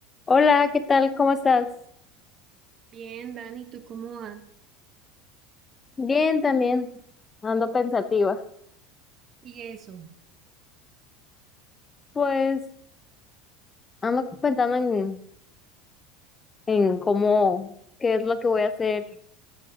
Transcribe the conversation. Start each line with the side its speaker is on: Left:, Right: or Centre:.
Left: Hola, ¿qué tal? ¿Cómo estás?
Right: Bien, Dani, ¿tú cómo vas?
Left: Bien, también ando pensativa.
Right: Y eso.
Left: Pues ando pensando en, en cómo, qué es lo que voy a hacer